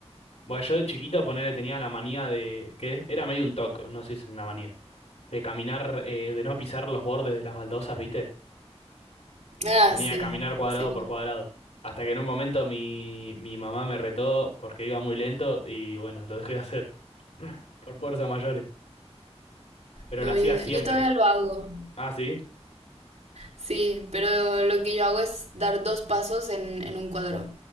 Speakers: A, on the left (about 75°); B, on the right (about 85°).
A: Bueno, yo de chiquito, ponerle tenía la manía de, que era medio un toque, no sé si es una manía, de caminar, eh, de no pisar los bordes de las baldosas, ¿viste?
B: Ah,
A: Tenía
B: sí,
A: que caminar cuadrado
B: sí.
A: por cuadrado. Hasta que en un momento mi, mi mamá me retó porque iba muy lento y bueno, lo dejé de hacer. <laughs> Por fuerzas mayores. Pero
B: No,
A: lo hacía
B: yo,
A: siempre.
B: yo todavía lo hago.
A: Ah, sí,
B: Sí, pero lo que yo hago es dar dos pasos en, en un cuadro.